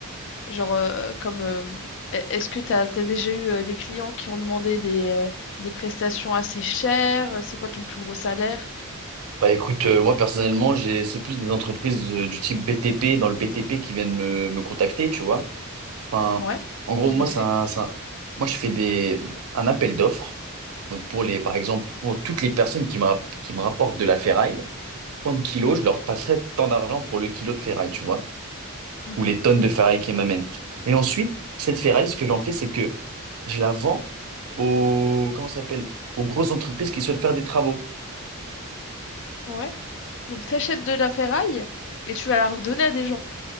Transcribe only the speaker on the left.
genre euh, comme euh, e- est-ce que t'as t'as déjà eu euh, des clients qui ont demandé des, euh, des prestations assez chères? C'est quoi ton plus gros salaire?
Ouais,
tout
à fait.
Mhm.
Ouais. Donc t'achètes de la ferraille et tu vas la redonner à des gens.